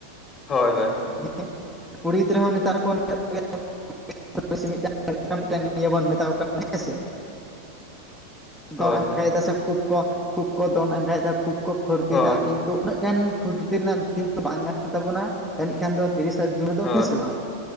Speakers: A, on the left; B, in the centre.
A: ᱦᱳᱭ ᱦᱳᱭ ᱦᱳᱭ
B: <unintelligible> ᱠᱩᱲᱤ ᱜᱤᱫᱽᱨᱟᱹ ᱦᱚᱸ ᱱᱮᱛᱟᱨ ᱠᱚ <unintelligible> ᱢᱤᱫᱴᱟᱱ ᱤᱭᱟᱹ ᱵᱚᱱ ᱢᱮᱛᱟ ᱠᱚ ᱠᱟᱱᱟ ᱦᱮᱸ ᱥᱮ
A: ᱦᱳᱭ
B: ᱫᱚᱱ ᱟᱸᱜᱟᱭᱮᱫᱟ
A: ᱦᱳᱭ ᱦᱳᱭ ᱦᱳᱭ ᱦᱳᱭ
B: ᱥᱮ ᱠᱷᱩᱵ ᱠᱚ ᱠᱷᱩᱵ ᱠᱚ ᱫᱚᱱ ᱟᱸᱜᱟᱭᱮᱫᱟ ᱠᱷᱩᱵ ᱠᱚ ᱯᱷᱩᱨᱛᱤᱭᱮᱫᱟ
A: ᱦᱳᱭ
B: ᱠᱤᱱᱼᱼ ᱛᱚ ᱩᱱᱟᱹᱜ ᱜᱟᱱ ᱯᱷᱩᱨᱛᱤ ᱨᱮᱱᱟᱜ ᱫᱤᱱ ᱫᱚ ᱵᱟᱝ ᱠᱟᱱ ᱛᱟᱵᱚᱱᱟ ᱡᱟᱹᱱᱤᱡ ᱠᱷᱟᱱ ᱫᱚᱼᱼ ᱛᱤᱨᱤᱥᱟ ᱡᱩᱱ ᱨᱮᱫᱚ
A: ᱦᱳᱭ
B: ᱦᱮᱸ ᱥᱮ ᱵᱟᱝ